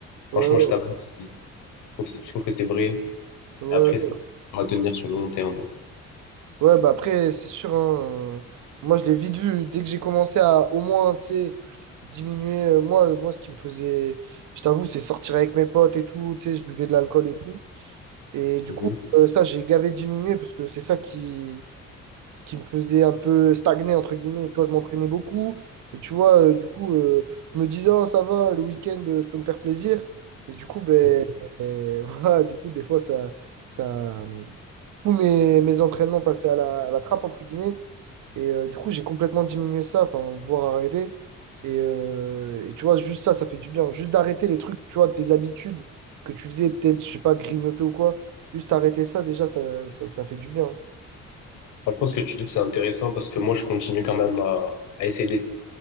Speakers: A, on the left; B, on the right.
A: Franchement,
B: ouais, ouais.
A: je t'avoue, que c'est- je trouve que c'est vrai.
B: ouais.
A: Après, c'est à tenir sur le long terme.
B: Ouais, bah après, c'est sûr. hein, euh, Moi, je l'ai vite vu. Dès que j'ai commencé à au moins, tu sais, diminuer. euh, moi, moi, ce qui me faisait, je t'avoue, c'est sortir avec mes potes et tout. Tu sais, je buvais de l'alcool et tout. Et du
A: Mhm.
B: coup, euh, ça, j'ai gavé diminué parce que c'est ça qui, qui me faisait un peu stagner, entre guillemets. Tu vois, je m'entraînais beaucoup. Mais tu vois, euh, du coup, euh, je me disais, oh, ça va, le week-end, euh, je peux me faire plaisir. Et du coup, ben,
A: Mhm.
B: euh, <laughs> voilà, du coup, des fois, ça, ça, tous mes, mes entraînements passaient à la, à la trappe, entre guillemets. Et euh, du coup, j'ai complètement diminué ça, enfin, voire arrêté. Et, euh, et tu vois, juste ça, ça fait du bien. Juste d'arrêter les trucs, tu vois, tes habitudes que tu faisais, peut-être, je sais pas, grignoter ou quoi. Juste arrêter ça, déjà, ça, ça, ça fait du bien.
A: Franchement, ce que tu dis, c'est intéressant parce que moi, je continue quand même à, à essayer